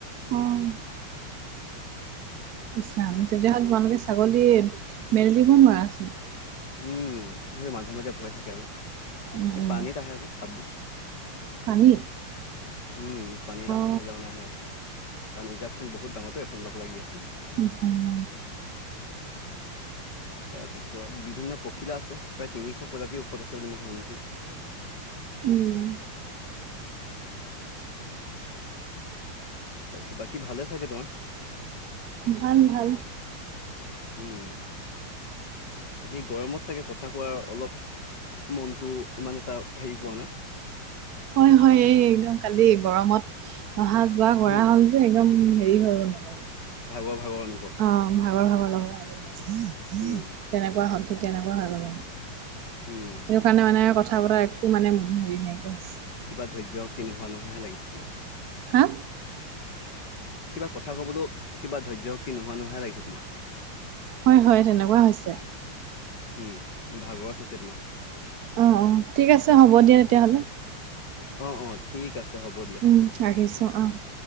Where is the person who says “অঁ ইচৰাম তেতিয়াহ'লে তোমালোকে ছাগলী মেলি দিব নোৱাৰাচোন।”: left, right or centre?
Right